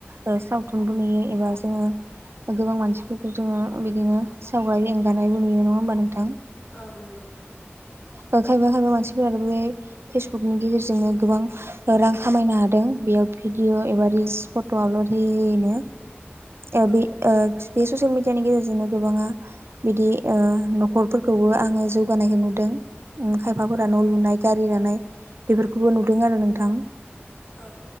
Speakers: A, on the right; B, on the left.
A: ओ सावथुनबो नुयो एबा जोङो गोबां मानसिफोरखौ जोङो बिदिनो सावगारि एंगारनायबो नुयो नङा होमबा नोंथां?
B: औ नंगौ।
A: ओ खायफा खायफा मानसिफोराथ' बे फेसबुकनि गेजेरजोंनो गोबां रां खामायनो हादों बेयाव भिडिअ' एबा रिल्स फट' आपलड होयै होयैनो ओ
B: औ
A: बे ओ बे ससियेल मिडियानि गेजेरजोंनो गोबाङा बिदि ओ न'खरफोरखौबो आङो जौगानायखौ नु दों उम खायफाफोरा
B: औ
A: न' लुनाय गारि लानाय बेफोरखौबो नुदों आरो नोंथां।
B: औ